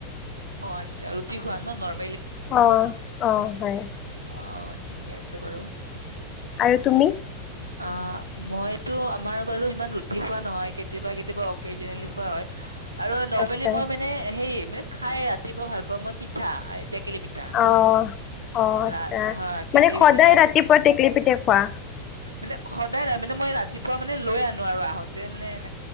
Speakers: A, on the right; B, on the left.
A: অ আচ্ছা ৰুটি খোৱা ন নৰ্ম
B: অ অ হয়।
A: অ ঠিকে আছে বাৰু।
B: আৰু তুমি?
A: অ মইতো আমাৰ বাৰু ইমান ৰুটি খোৱা নহয় কেতিয়াবা কেতিয়াব অকেজনেলি খোৱা হয়। আৰু নৰ্মেলি
B: আচ্ছা
A: মই মানে সেই মে খাই ৰাতিপুৱা ভাল পা মই পিঠা। টেকেলি পিঠা
B: অ, অ, আচ্ছা
A: লা হয় টেকেলি
B: মানে সদায়
A: পিঠা খাই ভাল
B: ৰাতিপুৱা টেকেলি পিটা খোৱা?
A: মানে সদায় নাই মানে মই ৰাতিপুৱা মানে লৈ আনো আৰু আহোঁতে মানে এনে